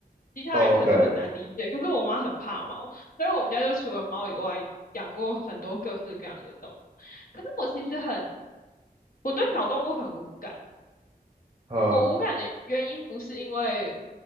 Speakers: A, on the left; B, on the right.
A: 其他人可能很难理解，
B: 哦？OK，
A: 可是我妈很怕猫，所以我们家就除了猫以外，养过很多各式各样的动物。可是我其实很，我对小动物很无感。
B: 嗯，
A: 我无感的原因不是因为